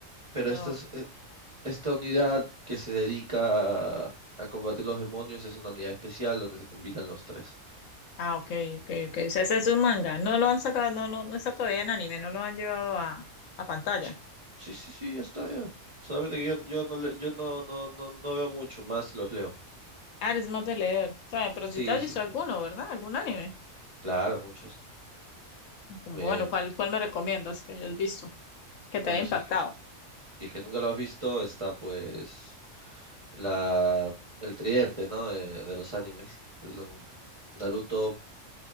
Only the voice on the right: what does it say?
Pero esta
es- e- esta unidad que se dedica a, a combatir los demonios es una unidad especial donde se combinan los tres.
Sí, sí, sí, sí, ya está, ya. Solamente que yo, yo no le- yo no, no, no, no veo mucho, más los leo.
Sí,
sí,
claro, muchos.
Eh,
bueno,
si es que, si es que nunca lo has visto, está pues la, el tridente, ¿no? De, de los animes. que Son Naruto,